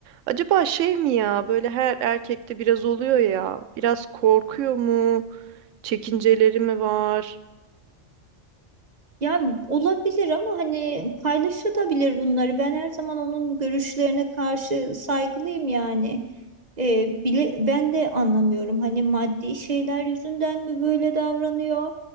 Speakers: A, on the right; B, on the right.
A: Acaba şey mi ya böyle her erkekte biraz oluyor ya. Biraz korkuyor mu? Çekinceleri mi var?
B: Yani olabilir ama hani paylaşılabilir bunları. Ben her zaman onun görüşlerine karşı saygılıyım yani. Ee, bile ben de anlamıyorum. Hani maddi şeyler yüzünden mi böyle davranıyor?